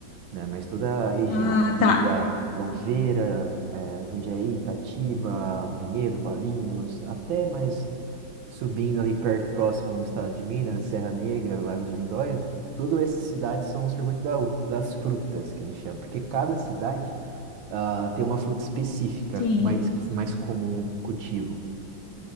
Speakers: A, on the right; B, on the left.
A: né? Mas toda a região
B: Ah,
A: que
B: tá.
A: liga Louveira, eh, Jundiaí, Itatiba, Vinhedo, Valinhos, até mais subindo ali perto, próximo no estado de Minas, Serra Negra, Lagos de Lindóia, todas essas cidades são o circuito da- das frutas, que a gente chama, porque cada cidade ah, tem uma fruta específica
B: Sim.
A: mais, mais comum cultivo.